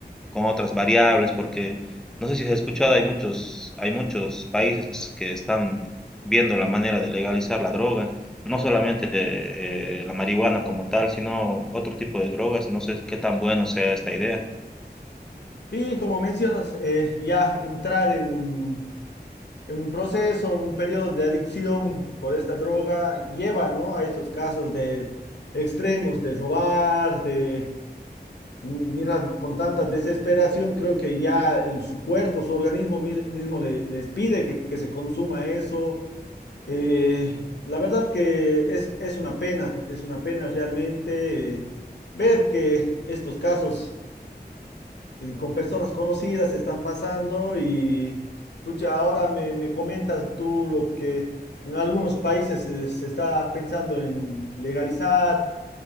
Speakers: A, in the centre; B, on the left.
A: con otras variables, porque no sé si has escuchado, hay muchos, hay muchos países que están viendo la manera de legalizar la droga, no solamente eh, la marihuana como tal, sino otro tipo de drogas, no sé qué tan bueno sea esta idea.
B: Y como mencionas, eh, ya entrar en, en un proceso, en un periodo de adicción por esta droga, lleva, ¿no? A estos casos de extremos, de robar, de, mira, con tanta desesperación, creo que ya el- su cuerpo, su organismo mi- mismo le- les pide que, que se consuma eso. Eh, la verdad que es, es una pena, es una pena realmente eh, ver que estos casos eh, con personas conocidas están pasando y pucha, ahora me, me comentas tú lo que en algunos países se, se está pensando en legalizar.